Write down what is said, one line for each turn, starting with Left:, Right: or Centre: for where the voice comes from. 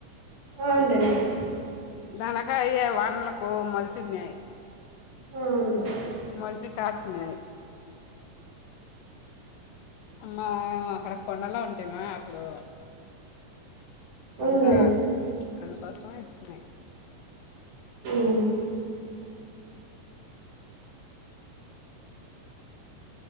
Right: <unintelligible>
Left: దానకాయా వానలకు మోలుచున్నాయి
Right: <unintelligible>
Left: మోల్చి కాసినాయి మా అక్కడ కొండలో ఉంటి మా అప్పుడు
Right: అవునులేండి
Left: అంతా అన్న కొసమే ఇడ్స్నయ్
Right: హుమ్మ్